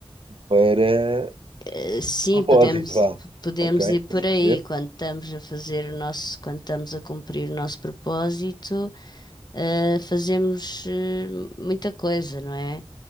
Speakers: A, on the right; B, on the left.
A: Para
B: Eh, Sim,
A: propósito,
B: podemos,
A: vá.
B: p- podemos
A: Ok?
B: ir
A: Estás
B: por
A: a
B: aí
A: perceber?
B: quando estamos a fazer o nosso, quando estamos a cumprir o nosso propósito, eh, fazemos eh, muita coisa, não é?